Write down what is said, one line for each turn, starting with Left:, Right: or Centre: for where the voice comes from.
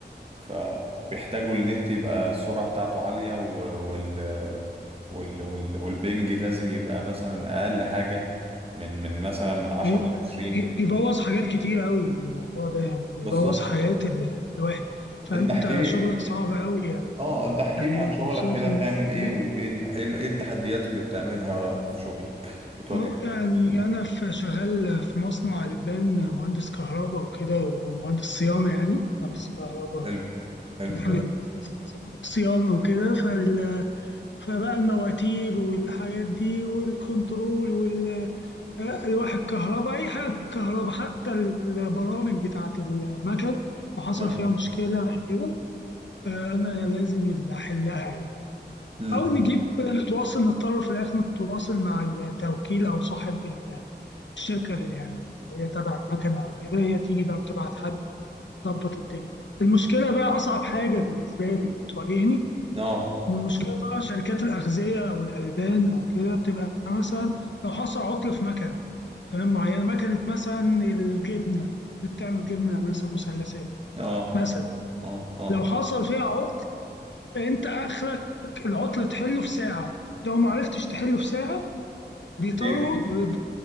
Right: فبيحتاجوا النت يبقى السرعة بتاعته عالية و- وال وال وال والبنج لازم يبقى مثلا أقل حاجة من من مثلا من 10
Left: أيوة،
Right: ل 20
Left: بي- بيبوظ حاجات كتير قوي الموضوع ده يعني بيبوظ
Right: بالظبط
Left: حياة ال- الواحد فأنت
Right: انت احكي لي
Left: شغلك صعب قوي يعني
Right: اه انت احكي
Left: يعني
Right: لي عن شغلك
Left: أنا شايف
Right: كده
Left: إن
Right: بتعمل ايه
Left: آه
Right: وايه ال... ايه ال- إيه التحديات اللي بتعملها في شغلك بتواجهك
Left: آه، يعني أنا في شغال في مصنع ألبان مهندس كهرباء وكده ومهندس صيانة يعني مهندس كهرباء
Right: حلو حلو
Left: <laughs>
Right: جميل
Left: صيانة وكده فال... فبقى المواتير والحاجات دي والكنترول وال الواحد كهرباء أي حاجة كهرباء حتى البرامج بتاعة المكن لو حصل
Right: اه
Left: فيها مشكلة أو كده آه، أنا لازم اللي أحلها يعني
Right: امم
Left: أو نجيب نتواصل نضطر في الآخر نتواصل مع التوكيل أو صاحب ال- الشركة اللي يعني اللي هي تبع المكنة أو كده هي تيجي بقى بتبعت حد تظبط الدنيا المشكلة بقى أصعب حاجة بالنسبة لي بتواجهني
Right: اه
Left: إن المشكلة طبعا شركات الأغذية أو الألبان أو كده بتبقى مثلا لو حصل عطل في مكنة تمام معينه مكنه مثلا الجبنه اللي بتعمل جبنه مثلا مثلثات
Right: اه
Left: مثلا
Right: اه اه
Left: لو حصل فيها عطل انت اخرك العطل تحله في ساعه لو ما عرفتش تحله في ساعه بيضطروا
Right: كتير
Left: ب-